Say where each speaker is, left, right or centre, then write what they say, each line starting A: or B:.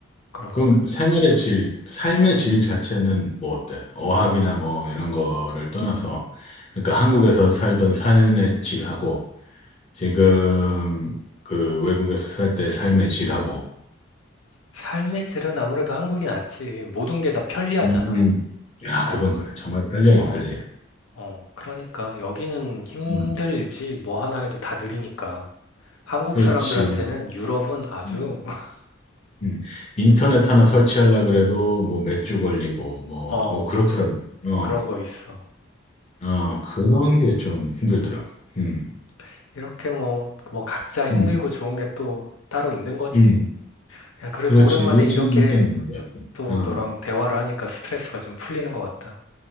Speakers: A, on the left (about 85°); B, on the left (about 35°).
A: 그러니까.
B: 그럼 생활의 질, 삶의 질 자체는 뭐 어때? 어학이나 뭐 이런 거를 떠나서, 그러니까 한국에서 살던 삶의 질하고, 지금 그 외국에서 살 때 삶의 질하고.
A: 삶의 질은 아무래도 한국이 낫지. 모든 게 다 편리하잖아.
B: 음. 야,
A: 어,
B: 그건 그래. 정말 편리하긴
A: 어,
B: 편리해.
A: 어. 그러니까 여기는 힘들지
B: 음,
A: 뭐 하나 해도 다 느리니까. 한국
B: 그렇지.
A: 사람들한테는 유럽은 아주,
B: 음.
A: <laughs>
B: 음. 인터넷 하나 설치하려 그래도 뭐 몇 주 걸리고 뭐,
A: 어,
B: 뭐 그렇더라고. 어,
A: 그런 거 있어.
B: 어, 그런 게 좀 힘들더라고. 음,
A: 음. 이렇게 뭐, 뭐 각자 힘들고
B: 음,
A: 좋은 게 또 따로 있는 거지.
B: 음.
A: 야, 그래도
B: 그렇지.
A: 오랜만에
B: 일정일
A: 이렇게
B: 때는 맞아.
A: 또
B: 어,
A: 너랑 대화를 하니까 스트레스가 좀 풀리는 것 같다.